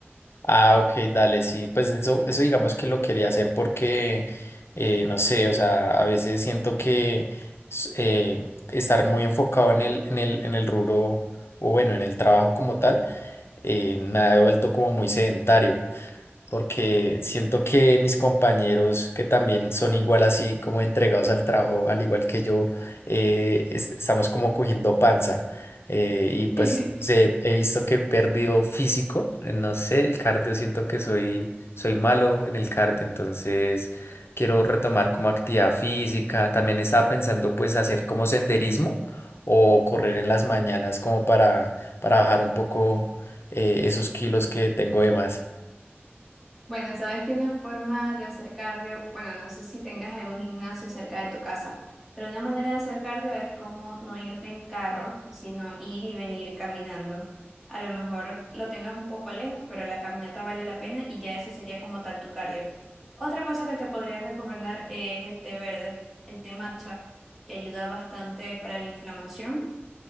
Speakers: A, on the left (about 70°); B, in the centre.
A: Ah, ok, dale, sí, pues eso, eso digamos que lo quería hacer porque, eh, no sé, o sea, a veces siento que s- eh, estar muy enfocado en el, en el, en el rubro o bueno, en el trabajo como tal, eh, me ha vuelto como muy sedentario porque siento que mis compañeros que también son igual así como entregados al trabajo, al igual que yo, eh, es- estamos como cogiendo panza. eh, y pues
B: <laughs>
A: no sé, he visto que he perdido físico, eh, no sé, el cardio, siento que soy, soy malo en el cardio, entonces quiero retomar como actividad física. También estaba pensando pues hacer como senderismo o correr en las mañanas como para, para bajar un poco eh, esos kilos que tengo de más.
B: Bueno, sabes que una forma de hacer cardio, bueno, no sé si tengas algún gimnasio cerca de tu casa, pero una manera de hacer cardio es como no irte en carro, sino ir y venir caminando. A lo mejor lo tengas un poco lejos, pero la caminata vale la pena y ya eso sería como tal tu cardio. Otra cosa que te podría recomendar es el té verde, el té matcha, que ayuda bastante para la inflamación